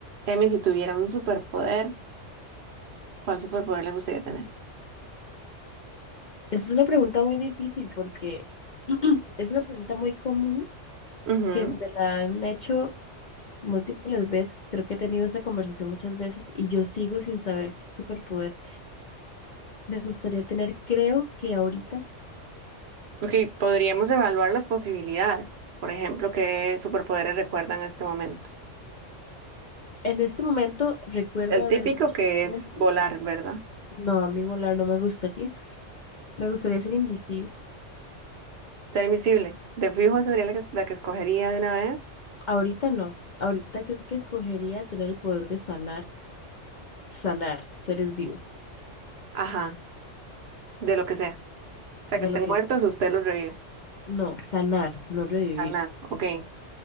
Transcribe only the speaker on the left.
Es una pregunta muy difícil porque <clears throat> es una pregunta muy común
que me la han hecho múltiples veces. Creo que he tenido esta conversación muchas veces y yo sigo sin saber qué superpoder me gustaría tener. Creo que ahorita,
en este momento, recuerdo
haber
dicho
siempre,
no, a mí volar no me gustaría. Me gustaría ser invisible.
Ahorita no. Ahorita creo que escogería tener el poder de sanar, sanar seres vivos,
de
lo que
es,
no, sanar, no revivir.